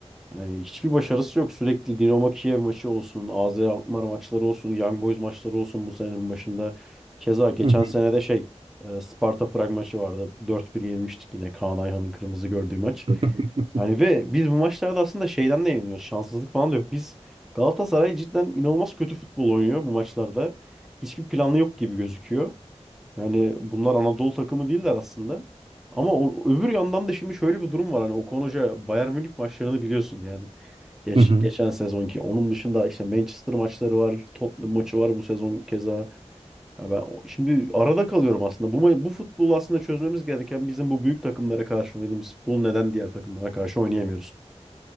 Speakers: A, in the centre; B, on the right.
A: yani hiçbir başarısı yok. Sürekli Dinamo Kiev maçı olsun, AZ Alkmaar maçları olsun, Young Boys maçları olsun bu senenin başında. Keza geçen
B: Hı hı.
A: sene de şey e, Sparta Prag maçı vardı. dört 1 yenilmiştik yine Kaan Ayhan'ın kırmızı gördüğü maç.
B: <laughs>
A: Yani ve biz bu maçlarda aslında şeyden de yeniliyoruz. Şanssızlık falan da yok. Biz Galatasaray cidden inanılmaz kötü futbol oynuyor bu maçlarda. Hiçbir planı yok gibi gözüküyor. Yani bunlar Anadolu takımı değiller aslında. Ama o, öbür yandan da şimdi şöyle bir durum var. Hani Okan Hoca Bayern Münih maçlarını biliyorsun yani. Geç,
B: Hı hı.
A: geçen sezonki. Onun dışında işte Manchester maçları var. Tottenham maçı var bu sezon keza. Ya ben o- şimdi arada kalıyorum aslında. Bu, ma- bu futbolu aslında çözmemiz gereken bizim bu büyük takımlara karşı oynadığımız futbol neden diğer takımlara karşı oynayamıyoruz?